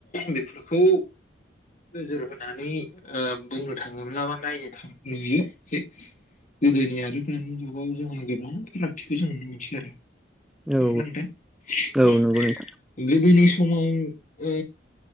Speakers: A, on the left; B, in the centre.
A: बेफोरखौ नोजोर होनानै अ बुंनो थाङोब्ला बा नायनो थाङो नुयो जे गोदोनि आरो दानि जुगाव जोङो गोबां फारागथिखौ जों नुनो मोनसै आरो
B: औ
A: नंगौना नोंथां
B: औ
A: ओम
B: औ नंगौ नोंथां
A: गोदोनि समाव ओ